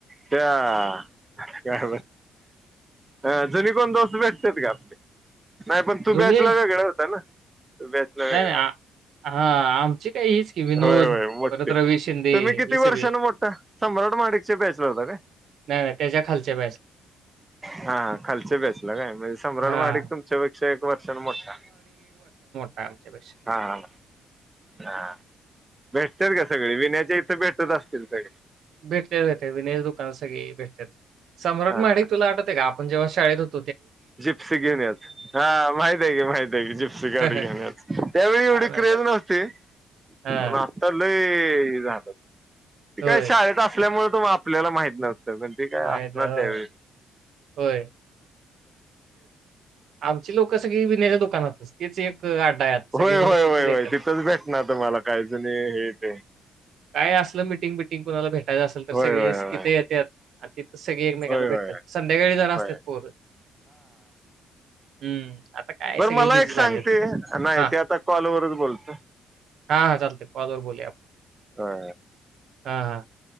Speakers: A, on the right; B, on the right.
A: त्या अ जणी कोण दोस भेटत्यात ग आपले नाही पण तू
B: जुनी
A: बॅचला वेगळा होता ना तू बॅचला वेगळा
B: नाही, नाही. आ हां, आमची काय हीच की विनोद,
A: होय होय मोठी
B: परत रवी शिंदे
A: तुम्ही किती
B: ही
A: वर्षान
B: सगळी.
A: मोठ सम्राट महाडीक बॅचला हुता काय
B: नाय नाय त्याच्या खालच्या बॅचला
A: हा खालच्या बॅचला काय म्हणजे सम्राट
B: हां.
A: महाडीक तुमच्यापेक्षा एक वर्षान मोठा
B: कामच्या <unintelligible> बस
A: हा हा
B: <unintelligible>
A: हा भेटतात का सगळे विनयाच्या इथे भेटत असतील सगळे
B: भेटलेे विनेयच दुकान सगळी भेटत्यात सम्राट
A: हा
B: महाडीक
A: हा
B: तुला आठवतंय का पण जेव्हा शाळेत होतू
A: जिप्सी घेऊन याच हा माहित आहे की माहित आहे की जिप्सी गाडी
B: हा
A: घेनच त्यावळी एवढी
B: ना
A: क्रे
B: त्यात
A: ते
B: हा
A: असता <unintelligible> ते झाल ते काय
B: होय
A: शाळेत असल्यामुळे तु आपल्याला माहित नव्हत पण ते काय
B: माहित
A: असणार
B: आहे,
A: त्यावेळे
B: हो. होय आमची लोक सगळी विण्याच्या दुकानातच तेच एक अड्डा आहे आता. सगळेजण
A: होय होय
B: तिथेच
A: वय वय
B: येतात
A: तिथंच भेटणार तुम्हाला काहीच नाही हे ते
B: काय असलं मिटिंग बिटिंग कुणाला भेटायचं असेल तर
A: होय
B: सगळी
A: होय होय
B: तिथे येत्यात सगळी एकमेकांना
A: होय
B: भेटत्यात
A: होय
B: संध्याकाळी जरा
A: होय
B: असतात पोर हम्म आता काय
A: बर
B: सगळे
A: मला
B: बिझी
A: एक सांगते
B: झालेत
A: नाही
B: हा
A: ते आता कॉलवररच बोलत
B: हा चालतंय कॉल वर बोलूया आपण
A: हा
B: हा